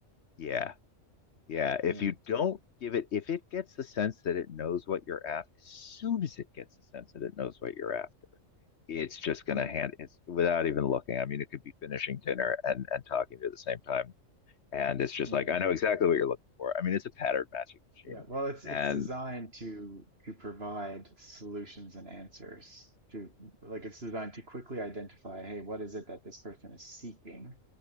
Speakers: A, on the left; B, on the right.
A: Yeah, Yeah, if
B: Hmm.
A: you don't give it, if it gets the sense that it knows what you're after, as soon as it gets the sense that it knows what you're after, it's just going
B: Hmm.
A: to hand it without even looking. I mean, it could be finishing dinner and and talking to you at the same time, and it's just
B: Hmm.
A: like I know exactly what you're looking for. I mean, it's a pattern matching machine,
B: Yeah, well, it's it's
A: and
B: designed to to provide solutions and answers to like it's designed to quickly identify, hey, what is it that this person is seeking,